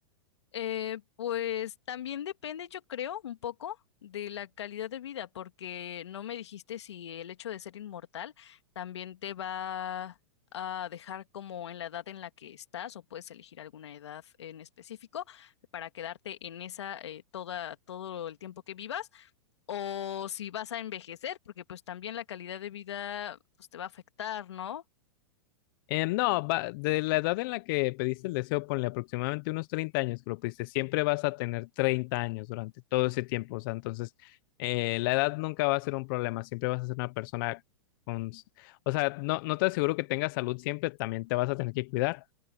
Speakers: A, on the left; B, on the left.
A: Eh, pues también depende, yo creo, un poco de la calidad de vida, porque no me dijiste si el hecho de ser inmortal también te va a dejar como en la edad en la que estás o puedes elegir alguna edad en específico para quedarte en esa eh, toda todo el tiempo que vivas o si vas a envejecer, porque pues también la calidad de vida pues te va a afectar, ¿no?
B: Em, no, va- de la edad en la que pediste el deseo, ponle aproximadamente unos 30 años que lo pediste, siempre vas a tener 30 años durante todo ese tiempo, o sea, entonces eh, la edad nunca va a ser un problema, siempre vas a ser una persona con, o sea, no, no te aseguro que tengas salud siempre, también te vas a tener que cuidar,